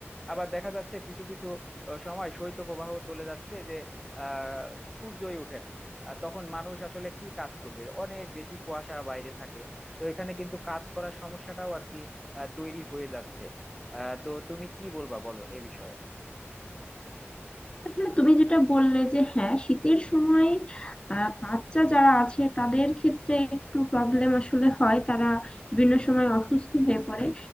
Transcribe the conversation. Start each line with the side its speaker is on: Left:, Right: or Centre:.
Centre: আবার দেখা যাচ্ছে কিছু কিছু আহ, সময় শৈত্যপ্রবাহ চলে যাচ্ছে যে আহ সূর্যই ওঠে না আর তখন মানুষ আসলে কি কাজ করবে অনেক বেশি কুয়াশা বাইরে থাকে তো এখানে কিন্তু কাজ করার সমস্যাটাও আর কি আহ, তৈরি হয়ে যাচ্ছে আহ তো তুমি কি বলবা বলো এ বিষয়ে
Left: আসলে তুমি যেটা বললে যে হ্যাঁ শীতের সময় আহ, বাচ্চা যারা আছে তাদের ক্ষেত্রে একটু প্রবলেম আসলে হয় তারা বিভিন্ন সময় অসুস্থ হয়ে পড়ে